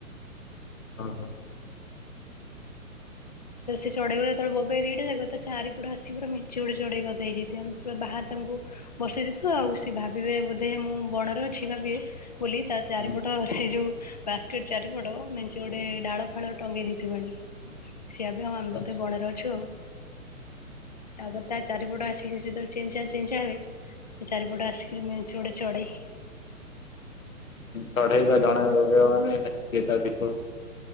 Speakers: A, on the left; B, on the left.
A: ଓହୋ
B: ତ ସେ ଚଢେଇ ଯେତେବେଳେ ବୋବେଇ ଦିଟା ଯାକ ଚାରିପଟ ଆସି ପୁରା ମେନ୍ଚେ ଗୁରା ଚଢେଇ ଗଦା ହେଇଯାଇଥିବେ ଆମ ବାହାରେ ତାଙ୍କୁ ବର୍ଷେଇ ଦେଇଥୁ ଆଉ ସିଏ ଭାବିବେ ବୋଧେ ମୁଁ ବଣରେ ଅଛି ଭାବିବେ ବୋଲି ତା ଚାରିପଟ
A: ହୁଁ
B: ସେଇ ଯୋଉ ବାସ୍କେଟ ଚାରିପଟ ମେଞ୍ଚେ ଗୋଟେ ଡାଳ ଫାଳ ଟଙ୍ଗେଇ ଦେଇଥିବୁ ଆଣିକି। ସିଏ ଭାବିବେ ଆଉ ଆମେ
A: ଆଚ୍ଛା
B: ବୋଧେ ବଣରେ ଅଛୁ ଆଉ। ତାପରେ ତା ଚାରିପଟ ଆସିକି ସେଯେତେବେଳେ ଚେଁ ଚାଁ ଚେଁ ଚାଁ ହେବେ ଚାରିପଟେ ଆସିକିରି ମେଞ୍ଚେ ଗୁଡେ ଚଡ଼େଇ
A: ଚଢେଇବା ଜଣେ ବୋବେଇବ ମାନେ <unintelligible>